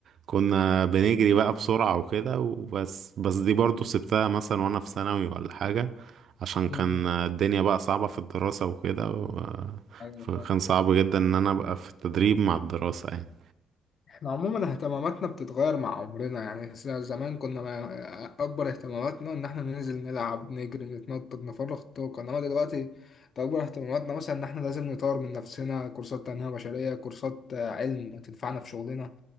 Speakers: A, on the right; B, on the left.
A: كنا بنجري بقى بسرعة وكده وبس بس دي برضو سبتها مثلا وانا في ثانوي ولا حاجة عشان
B: م-
A: كان
B: م.
A: الدنيا بقى صعبة في الدراسة وكده و-
B: ايوه
A: فكان
B: فاهم.
A: صعب جدا ان انا ابقى في التدريب مع الدراسة يعني
B: احنا عموما اهتماماتنا بتتغير مع عمرنا يعني ز- زمان كنا ما- اكبر اهتماماتنا ان احنا ننزل نلعب نجري نتنطط نفرغ طاقه انما دلوقتي اكبر اهتماماتنا مثلا ان احنا لازم نطور من نفسنا كورسات تنميه بشريه كورسات آه، علم تنفعنا في شغلنا